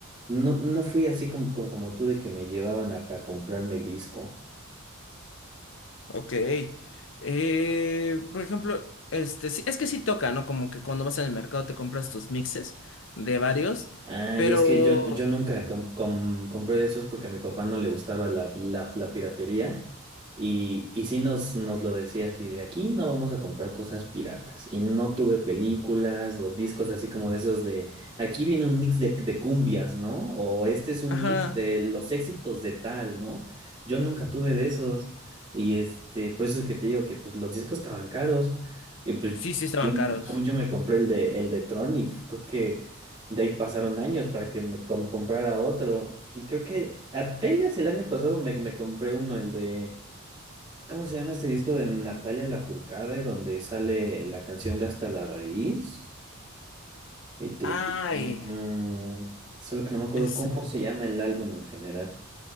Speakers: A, on the right; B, on the left.
A: no, no fui así como, como, como tú de que me llevaban acá a comprarme el disco.
B: Ok. Eh, por ejemplo, este, sí, es que sí toca, ¿no? Como que cuando vas en el mercado te compras tus mixes de varios,
A: Ah,
B: pero...
A: y es que yo, yo nunca com- com- compré de esos porque a mi papá no le gustaba la, la, la piratería y, y sí nos, nos lo decía así de aquí no vamos a comprar cosas piratas y no tuve películas o discos así como de esos de aquí viene un mix de, de cumbias, ¿no? O este es un
B: Ajá.
A: mix de los éxitos de tal, ¿no? Yo nunca tuve de esos y este, por eso es que te digo que pues los discos estaban caros y pues
B: Sí, sí estaban
A: yo,
B: caros.
A: yo, yo me compré el de, el de Tron y creo que... De ahí pasaron años para que me com- comprara otro. Y creo que apenas el año pasado me, me compré uno, el de... ¿Cómo se llama este disco de Natalia Lafourcade? Donde sale la canción de Hasta la Raíz. Y tri-
B: Ay,
A: tri- mm, solo que no me acuerdo
B: ese.
A: cómo se llama el álbum en general.